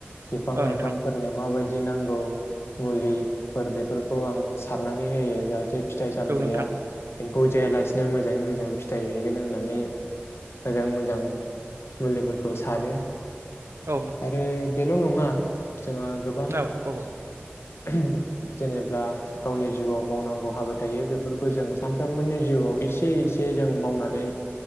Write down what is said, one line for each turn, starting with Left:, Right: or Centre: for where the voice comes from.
Left: बिफां
Right: औ
Left: -लाइफांफोरनिया
Right: नोंथां
Left: माबायदि <unintelligible> नांगौ मुलिफोर बेफोरखौ आं सारनानै होयो जाहथे फिथाइ -सामथाइया
Right: औ नोंथां
Left: बुजायालासिनो मोजाङै मोजां फिथाइ हैगोन होननानै मोजाङै मोजां मुलिफोरखौ सारो।
Right: औ
Left: आरो बेल' नङा <unintelligible> जोंहा गोबां
Right: औ
Left: जेनेब्ला गावनि जिउआव मावनांगौ हाबा थायो बेफोरखौ जों सानफ्रोमबोनि जिउआव एसे एसे जों मावनानै